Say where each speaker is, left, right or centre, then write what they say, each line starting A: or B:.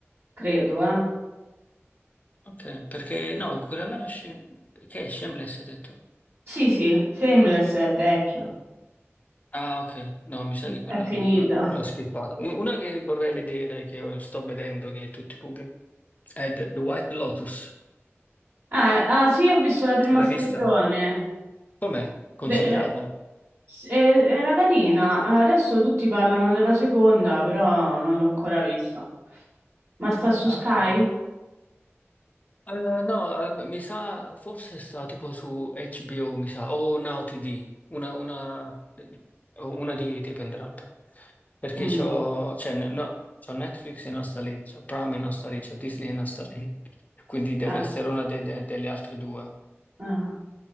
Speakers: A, on the right; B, on the left.
A: credo, eh.
B: Ok, perché no, quella là... è Sha- Che è Shameless, hai detto?
A: Sì, sì, Shameless è vecchia,
B: Ah, ok, no, mi sa che
A: è
B: quella
A: finita.
B: l- l- l'ho skippata. U- Una che vorrei vedere, che sto vedendo, che tutti pubblicano, è The The White Lotus.
A: Ah, eh, ah, sì, ho visto la prima
B: L'hai
A: stagione.
B: vista? Com'è? Consigliata?
A: De- eh, s- eh, era carina. Eh, Adesso tutti parlano della seconda, però non l'ho ancora vista. Ma sta su
B: Ah,
A: Sky?
B: ok. Eh, no, eh, mi sa, forse sta tipo su HBO, mi sa, o Now TV, una, una, o una di, di entrambe. Perché
A: Mm,
B: c'ho, cioè, n- no, c'ho Netflix e non sta lì, c'ho Prime e non sta lì, c'ho Disney e non sta lì. <laughs> Quindi deve
A: eh,
B: essere una de- de- delle altre due.
A: eh,